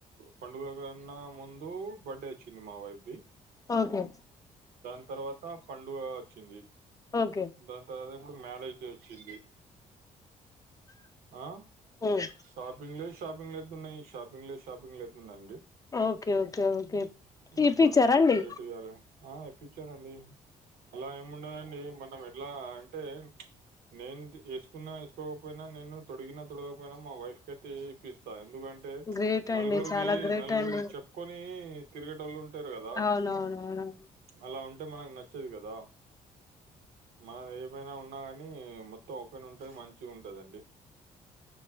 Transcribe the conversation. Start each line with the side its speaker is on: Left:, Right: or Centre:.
Right: పండుగ కన్నా ముందు బర్త్డే వచ్చింది మా వైఫ్ది
Left: ఓకే
Right: దాని తర్వాత పండుగ వచ్చింది
Left: ఓకే
Right: దాని తర్వాత ఇప్పుడు మ్యారేజ్ డే ఒచ్చింది ఆ
Left: ఉమ్
Right: షాపింగ్ లో షాపింగ్ లో ఎతున్నాయి షాపింగ్ లో షాపింగ్ లు ఎట్లున్నాయ్ అండి
Left: ఓకే ఓకే ఓకే ఇప్పిచ్చారా
Right: ఇప్పుడు రేపు
Left: అండి
Right: ట్రీట్ ఇయ్యాలి ఆ ఇప్పిచ్చానండి హలో ఏమ్ ఉండదండి టే మనం ఎట్లా అన్ అంటే నేను ఏసుకున్నా ఏసుకోకపోయినా నేను తొడిగిన తొడగకపోయినా మా వైఫ్ కయితే ఇప్పిస్తా ఎందుకంటే
Left: గ్రేట్ అండి
Right: నలుగురికి
Left: చాలా గ్రేట్
Right: నలుగురికి
Left: అండి
Right: చెప్పుకొని తిరిగేటోళ్ళుంటరు కదా
Left: అవునవునవును
Right: అలా ఉన్ అంటే మనకు నచ్చదు కదా మనది మన నా ఉన్నా కానీ మొత్తం ఓపెన్ ఉంటే మంచిగా ఉంటుందండి